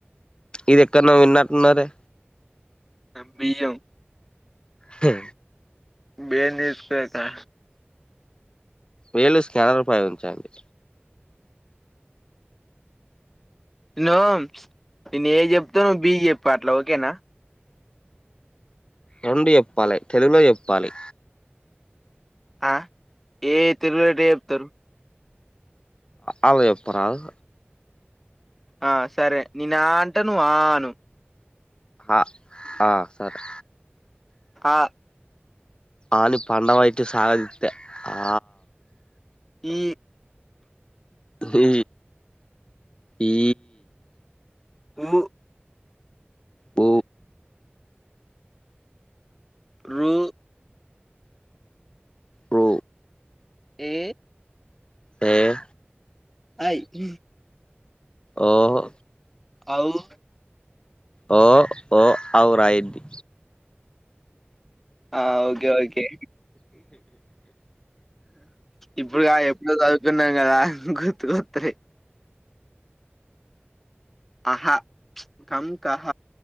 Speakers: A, on the left (about 25°); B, in the centre.
A: ఇది ఎక్కన్నో విన్నట్టున్నారే
B: బియ్యం
A: మ్
B: బియ్యం తీసుకెళ్తా
A: వేళ్లు స్కనర్ ఉపయోగించండి
B: ను నేను ఏ చెప్తా ను్వు బి చెప్పు అట్లా ఓకేనా
A: రెండు చెప్పాలే తెలుగులో చెప్పాలి
B: ఆ ఏ తెలుగులో ఎట్ట చెప్తారు
A: అఆలు చేప్పురాదు
B: ఆ సరే నేను ఆ అంటే నువ్వు ఆ ఆను
A: అ ఆ సరే
B: ఆ
A: అ అని పండబెట్టి సాగదితే ఆ
B: ఇ
A: ఇ ఈ
B: ఉ
A: ఊ
B: రు
A: ఋ
B: ఎ
A: ఏ
B: ఐ ఇ
A: ఒహొ
B: ఆవ్
A: ఒ ఓ ఔ రాయిద్ది
B: ఆ ఓకె ఓకే ఇప్పుడు కాదు ఎప్పుడో చదువుకున్నం కదా గుర్తుకొతున్నయ్ అహ కం కహ